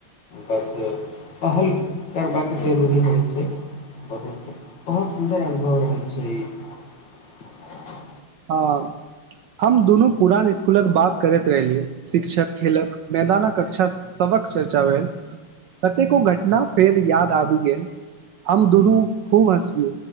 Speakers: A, on the left; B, on the right.
A: बस पहल करबाक जरूरी है होयत छै बहुत बहुत सुन्दर अनुभव रहल छै ई
B: हँ हम दुनू पुरान स्कूलक बात करैत रहलिय शिक्षक खेलक मैदानक कक्षा सभक चर्चा भेल कतेको घटना फेर याद आबि गेल हम दुनू खूब हँसलिय